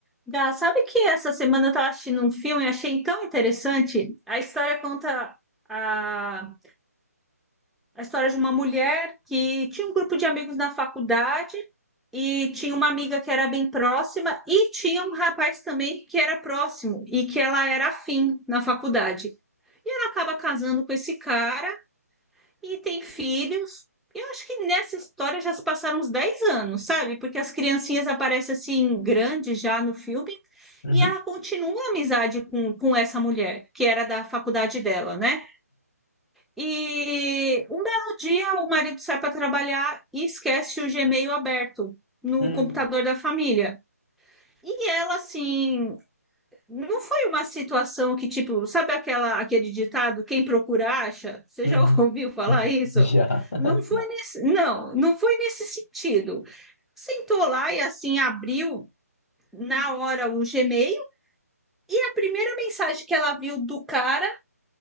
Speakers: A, in the centre; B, on the left.
A: Gá, sabe que essa semana eu estava assistindo um filme e achei tão interessante? A história conta a, a história de uma mulher que tinha um grupo de amigos na faculdade e tinha uma amiga que era bem próxima e tinha um rapaz também que era próximo e que ela era afim na faculdade. E ela acaba casando com esse cara e tem filhos. Eu acho que nessa história já se passaram uns 10 anos, sabe? Porque as criancinhas aparecem assim, grandes já no filme,
B: Uhum,
A: e ela continua a amizade com, com essa mulher, que era da faculdade dela, né? E um belo dia o marido sai para trabalhar e esquece o Gmail aberto no
B: uhum,
A: computador da família. E ela, assim, não foi uma situação que, tipo, sabe aquela, aquele ditado, quem procura acha? Você
B: uhum,
A: já <laughs> ouviu falar
B: uhum.
A: isso?
B: Já. <laughs>
A: Não foi nesse, não, não foi nesse sentido. Sentou lá e assim abriu na hora o Gmail e a primeira mensagem que ela viu do cara